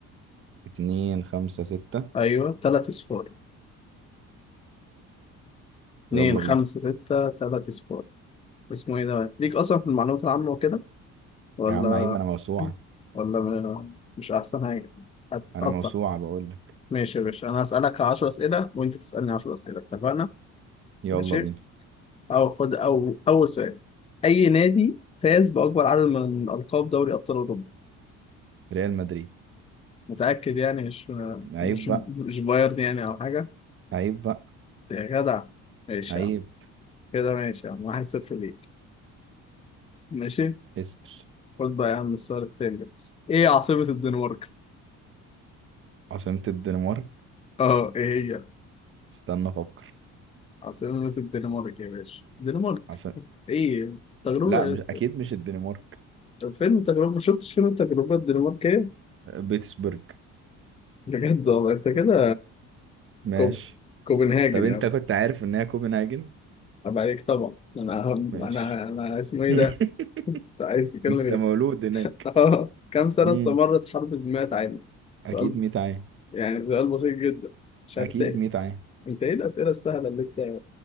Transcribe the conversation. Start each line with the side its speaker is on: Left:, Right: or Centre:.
Right: اتنين خمسة ستة
Left: ايوه 3 صفار اتنين
Right: يلا بينا
Left: خمسة ستة تلاتة صفار اسمه ايه ده؟ ليك أصلا في المعلومات العامة وكده؟ ولا
Right: يا عم عيب انا موسوعة
Left: ولا م- مش أحسن حاجة؟ هتتقطع
Right: انا موسوعة بقول لك
Left: ماشي يا باشا أنا هسألك عشر أسئلة وأنت تسألني عشر أسئلة اتفقنا؟
Right: يلا
Left: ماشي؟
Right: بينا
Left: أو خد أو أول سؤال أي نادي فاز بأكبر عدد من ألقاب دوري أبطال أوروبا؟
Right: ريال مدريد
Left: متأكد يعني مش
Right: عيب
Left: مش
Right: بقى
Left: مش بايرن يعني أو حاجة؟
Right: عيب بقى
Left: يا جدع ماشي
Right: عيب
Left: يا عم كده ماشي يا عم واحد صفر ليك ماشي؟
Right: اسأل
Left: خد بقى يا عم السؤال التاني ده إيه عاصمة الدنمارك؟
Right: عاصمة الدنمارك
Left: اه ايه هي
Right: استنى افكر
Left: عاصمة الدنمارك يا باشا الدنمارك
Right: عسل
Left: ايه تجربة
Right: لا مش اكيد مش الدنمارك
Left: فيلم تجربة ما شفتش فيلم التجربة الدنماركية
Right: بيتسبرج
Left: بجد والله انت كده
Right: ماشي
Left: كو... كوبنهاجن
Right: طب انت
Left: يا عم
Right: كنت عارف ان هي كوبنهاجن
Left: عيب عليك طبعا انا انا
Right: ماشي
Left: انا اسمه ايه ده
Right: <laughs>
Left: انت عايز تتكلم
Right: انت
Left: ايه
Right: مولود هناك
Left: اه كم سنة
Right: امم
Left: استمرت حرب المئة عام سؤال
Right: اكيد 100 عام
Left: يعني سؤال بسيط جدا مش
Right: اكيد
Left: عارف إيه.
Right: 100 عام
Left: انت ايه الأسئلة السهلة اللي انت